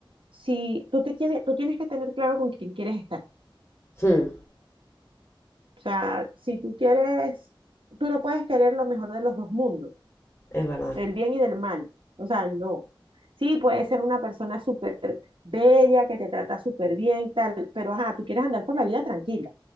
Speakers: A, on the right (about 75°); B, on the left (about 30°).
A: si tú te tienes, tú tienes que tener claro con quién quieres estar.
B: mm,
A: O sea, si tú quieres, tú no puedes querer lo mejor de los dos mundos,
B: es verdad.
A: del bien y del mal. O sea, no. Sí, puede ser una persona súper bella, que te trata súper bien, y tal, pero ajá, tú quieres andar por la vida tranquila.